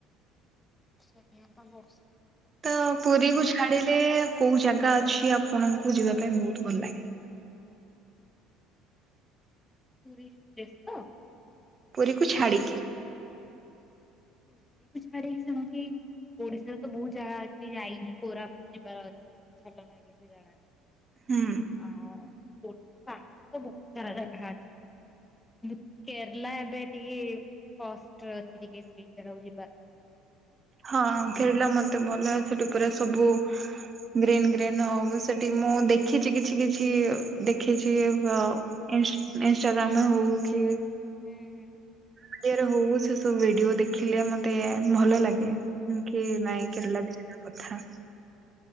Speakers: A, on the left; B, on the right.
A: <unintelligible> ବୋଲି
B: ତ ପୁରୀ
A: କୁଆଡେ
B: କୁ
A: ବାହାରି
B: ଛାଡିଲେ କୋଉ ଜାଗା ଅଛି ଆପଣଙ୍କୁ ଯିବା ପାଇଁ ବୋହୁତ ଭଲ ଲାଗେ।
A: ଟୁରଷ୍ଟ ପ୍ଲେସ ତ
B: ପୁରୀକୁ ଛାଡ଼ିକି।
A: ହୁ ହାର ହ ସମ ଓଡିଶାରେ ତ ବୋହୁତ ଜାଗା ଅଛି ଯାଇନି କୋରାପୁଟ ଯିବାର ଭଲ ଲାଗେ ସେ ଜାଗା ଟା।
B: ହୁଁ
A: ଆ ଓଡିଶା ବାହାରେ ତ ବହୁତ ସାରା ଜାଗା ଅଛି। କିନ୍ତୁ କେରଳା ଏବେ ଟିକେ କଷ୍ଟରେ ଅଛି ଟିକେ ସେ। ସେଠାକୁ ଯିବା।
B: ହଁ ଖେଳିଲା ମତେ ଭଲ ସେଠି ପୁରା ସବୁ ଗ୍ରୀନ୍ ଗ୍ରୀନ୍ ହଉ ସେଠି ମୁଁ ଦେଖିଛି କିଛି କିଛି ଦେଖିଛି ଅ ଇନଷ୍ଟାଗ୍ରାମ ହଉ କି
A: ହୁଁ ହୁଁ।
B: ଓଡ଼ିଆରେ ହଉ ସେ ସବୁ ଭିଡିଓ ଦେଖିଲେ ମତେ ଭଲ ଲାଗେ। କି
A: ହଁ।
B: ନାଇଁ କେରଳା ବି ଯିବା କଥା।